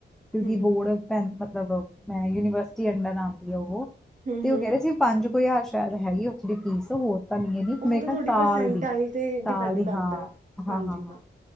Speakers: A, in the centre; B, on the right.
A: ਕਿਉਂਕਿ
B: ਹੂੰ
A: ਬੋਰਡ ਪ ਮਤਲਬ ਮੈਂ ਯੂਨੀਵਰਸਿਟੀ ਜਿ ਅੰਡਰ ਆਉਂਦੀ ਹੈ ਉਹ,
B: ਹੂੰ
A: ਤੇ
B: ਹੂੰ
A: ਉਹ ਕਹਿ ਰਹੇ ਸੀ ਪੰਜ ਕੁ ਹਜ਼ਾਰ ਸ਼ਾਇਦ ਹੈਗੀ ਆ ਉੱਥੇ ਦੀ ਫੀਸ ਹੋਰ ਤਾਂ ਨਹੀਂ ਐਨੀ
B: ਉਹ
A: ਮੈਂ
B: ਤਾਂ
A: ਕਿਹਾ
B: ਤੁਹਾਡੀ
A: ਸਾਲ
B: ਪਰਸੈਂਟਾਈਲ
A: ਦੀ
B: ਤੇ
A: ਸਾਲ
B: ਡਿਪੈਂਡ
A: ਦੀ
B: ਕਰਦਾ
A: ਹਾਂ ਹਾਂ
B: ਹਾਂਜੀ
A: ਹਾਂ ਹਾਂ।